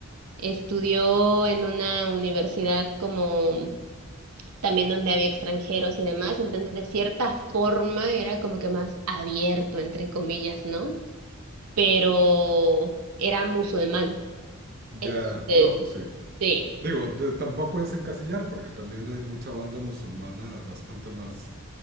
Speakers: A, on the right; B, on the right.
A: estudió en una universidad como también donde había extranjeros y demás, entonces de cierta forma era como que más abierto, entre comillas, ¿no? Pero era musulmán,
B: Ya,
A: entonces
B: no, pues sí.
A: sí.
B: Digo, de- tampoco es encasillar, porque también hay mucha banda musulmana bastante más,